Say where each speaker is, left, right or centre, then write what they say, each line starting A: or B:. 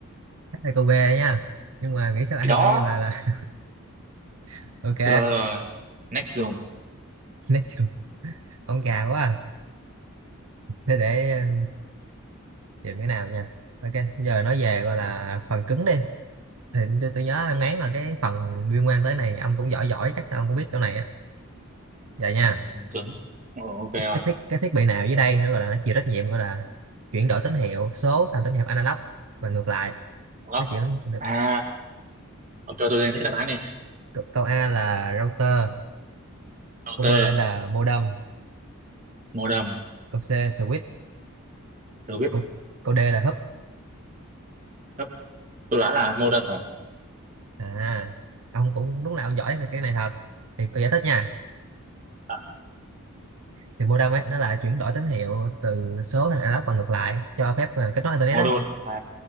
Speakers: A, on the right; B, on the right.
A: ai cô B nha nhưng mà nghĩ sao IP
B: Thì đó.
A: mà là <laughs> ok
B: Rồi, rồi, rồi. Next dùng.
A: nói chung ông già quá à. thế để ờ, tìm cái nào nha ok giờ nói về gọi là phần cứng đi thì tôi, tôi nhớ em ngán là cái phần liên quan tới này ông cũng giỏi giỏi chắc ông cũng biết chỗ này á giờ nha
B: Ừ, phần cứng. Ồ, ok rồi.
A: cái thiết cái thiết bị nào dưới đây nó gọi là nó chịu trách nhiệm gọi là chuyển đổi tín hiệu số thành tín hiệu analog và ngược lại
B: Gấp.
A: nó chuyển
B: À, ông cho tôi danh sách đáp án đi.
A: câu câu A là router
B: Router,
A: câu B là modem
B: modem,
A: câu C switch
B: service.
A: câu câu D là húp
B: Gấp. Tôi đoán là modem rồi.
A: à ông cũng lúc nào ông giỏi về cái này thật thì tôi giải thích nha
B: À,
A: thì modem ấy nó là chuyển đổi tín hiệu từ số thành analog và ngược lại cho phép ờ, kết nối internet
B: modem.
A: ấy
B: À,